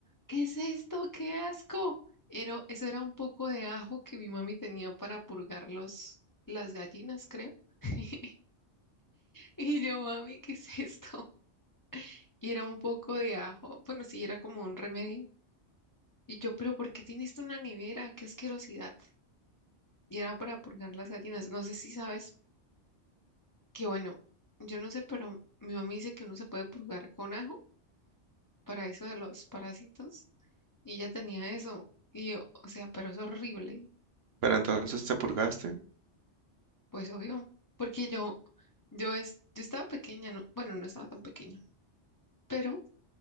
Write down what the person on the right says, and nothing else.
Pero entonces te purgaste.